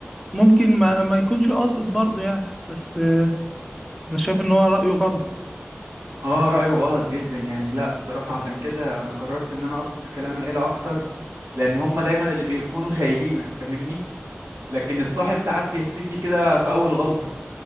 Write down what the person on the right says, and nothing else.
اه رايه غلط جدا يعني لا بصراحه عشان كده انا قررت ان انا اثق في كلام العيله اكتر لان هم دايما اللي بيكونوا شايلينك فاهمني لكن الصاحب ساعات بيختفي كده في اول غلطه